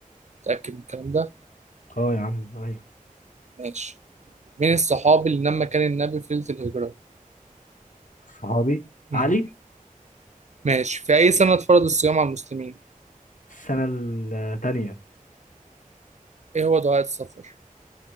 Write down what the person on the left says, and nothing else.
اه يا عم أيوة.
صحابي
علي
السنة التانية